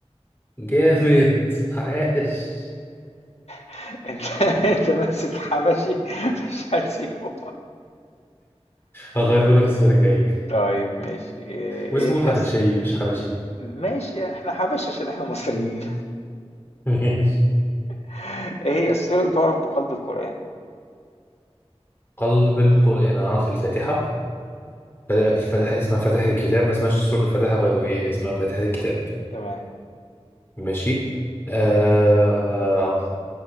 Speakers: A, on the left (about 20°); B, on the left (about 70°).
A: جامد <laughs> عاش
B: <laughs> انت انت ماسك حبشي <laughs> مش هتسيبه
A: هغيره لك السؤال الجاي
B: طيب ماشي آه،
A: واسمه
B: ايه
A: حبشي
B: يس
A: مش حبشي
B: ماشي احنا حبش عشان احنا مصريين
A: <laughs> ماشي
B: <laughs> ايه هي السورة اللي تعرف بقلب القرآن؟
A: قلب القرآن أنا أعرف الفاتحة فاتح اسمها فاتحة الكتاب ما اسمهاش سورة الفاتحة باي ذا واي اسمها فاتحة الكتاب
B: تمام
A: ماشي آه